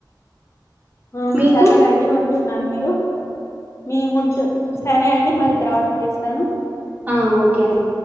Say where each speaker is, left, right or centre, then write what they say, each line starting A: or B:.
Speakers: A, on the left; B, on the right.
A: ఆ
B: మీకు
A: సరేనండి ఉంటున్నాను మీరు మీ ఉంటు సరే అండి మళ్ళీ తర్వాత చేస్తాను
B: ఆ ఓకే అండి